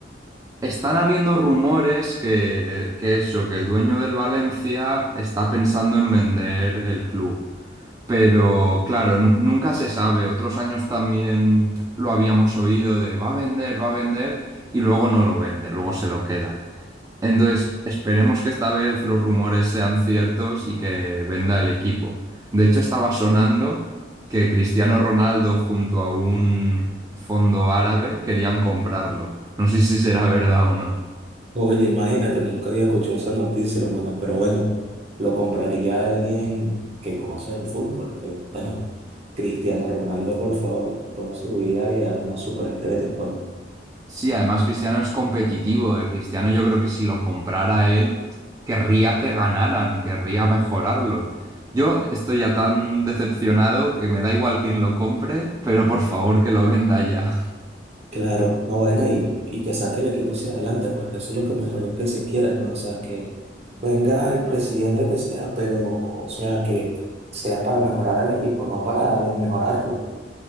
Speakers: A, on the right (about 20°); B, on the right (about 35°).
A: Están habiendo rumores que, que eso, que el dueño del Valencia está pensando en vender el club. Pero claro, nu- nunca se sabe. Otros años también lo habíamos oído de va a vender, va a vender y luego no lo vende, luego se lo queda. Entonces, esperemos que esta vez los rumores sean ciertos y que venda el equipo. De hecho, estaba sonando que Cristiano Ronaldo junto a un fondo árabe querían comprarlo. No sé si será verdad o no.
B: Oye, imagínate, nunca había escuchado esa noticia, hermano, pero bueno, lo compraría alguien que conoce el fútbol, que, bueno, Cristiano Ronaldo, por favor, toda su vida y es una superestrella, pues.
A: Sí, además Cristiano es competitivo. eh. Cristiano yo creo que si lo comprara él, querría que ganaran, querría mejorarlo. Yo estoy ya tan decepcionado que me da igual quién lo compre, pero por favor que lo venda ya.
B: Claro, no bueno, y, y que saque el equipo hacia adelante, porque eso es lo que mejor es que se quiera, pues, o sea, que venga el presidente que sea, pero, o sea, que sea para mejorar al equipo, no para desmejorarlo.